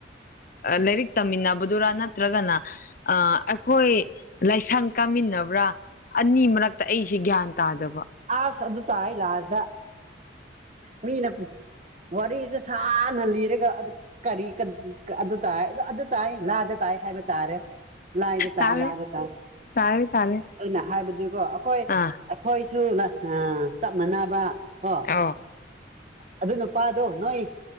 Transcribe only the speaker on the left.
ꯂꯥꯏꯔꯤꯛ ꯇꯝꯃꯤꯟꯅꯕꯗꯨꯔꯥ ꯅꯠꯇ꯭ꯔꯒꯅ ꯑꯩꯈꯣꯏ ꯂꯥꯏꯁꯪ ꯀꯥꯃꯤꯟꯅꯕ꯭ꯔꯥ ꯑꯅꯤ ꯃꯔꯛꯇ ꯑꯩꯁꯦ ꯒ꯭ꯌꯥꯟ ꯇꯥꯗꯕ
ꯇꯥꯔꯦ
ꯇꯥꯔꯦ ꯇꯥꯔꯦ
ꯑꯥ
ꯑ